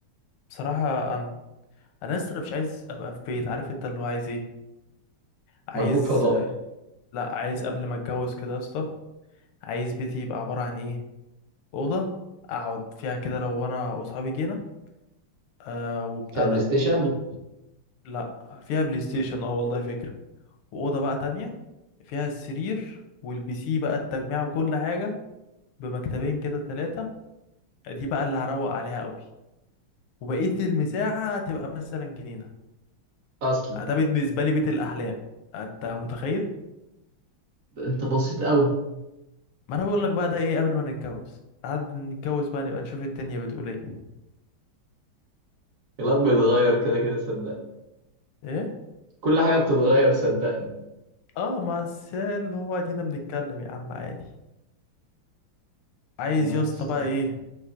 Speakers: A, on the left; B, on the right.
A: بصراحة انا انا لسه مش عايز ابقى في بيت عارف انت اللي هو عايز ايه عايز
B: مكوك فضائي
A: لا عايز قبل ما اتجوز كده يا اسطى عايز بيتي يبقى عباره عن ايه اوضه اقعد فيها كده لو انا واصحابي جينا آه وبتاع
B: كبلاي
A: ده
B: ستيشن
A: واوضه لا فيها بلاي ستيشن اه والله فكره واوضه بقى تانية فيها السرير والبي سي بقى التجميع وكل حاجه بمكتبين كده ثلاثه دي بقى اللي هروق عليها قوي وبقيه المساحه تبقى مثلا جنينه
B: اصلا
A: ده بالنسبه لي بيت الاحلام انت متخيل
B: ده انت بسيط قوي
A: ما انا بقول لك بقى ده ايه قبل ما نتجوز قعد نتجوز بقى نبقى نشوف الدنيا بتقول ايه
B: الكلام بيتغير كده كده صدقني
A: ايه
B: كل حاجه بتتغير صدقني
A: اه ما الس- اللي هو ادينا بنتكلم يا عم عادي عايز
B: والله
A: يا اسطى
B: يا اسطى
A: بقى ايه